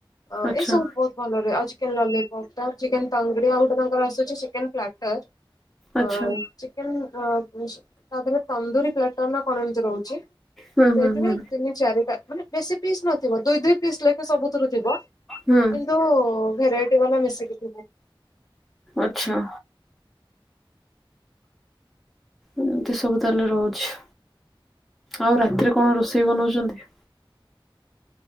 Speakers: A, on the left; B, in the centre.
A: ଅଁ
B: ଆଚ୍ଛା
A: ଏ ସବୁ ବହୁତ ଭଲ ରୁହେ, ଆଉ ଚିକେନ ଲଲିପପ୍ ଟା ଚିକେନ ତଙ୍ଗଡି ଆଉ ଗୋଟେ ତାଙ୍କର ଆସୁଛି ଚିକେନ ପ୍ଲାଟର
B: ଆଚ୍ଛା
A: ଅ ଚିକେନ ତାପରେ ତନ୍ଦୁରୀ ପ୍ଲାଟର ନା କଣ ଏମିତି ରହୁଛି।
B: ହୁଁ
A: ସେଇଥିରେ
B: ହୁଁ ହୁଁ
A: ତିନି ଚାରିଟା ମାନେ ବେଶୀ ପିସ୍ ନଥିବ ଦୁଇ ଦିଇ ପିସ୍ ଲେଖ ସବୁଥିରୁ ଥିବ।
B: ହୁଁ
A: କିନ୍ତୁ ଭେରାଇଟି ବାଲା ମିଶିକି ଥିବ।
B: ଆଛା ଏମିତି ସବୁ ତ ହେଲେ ରହୁଛି। ଆଉ ରାତିରେ କଣ ରୋଷେଇ ବନଉଛନ୍ତି?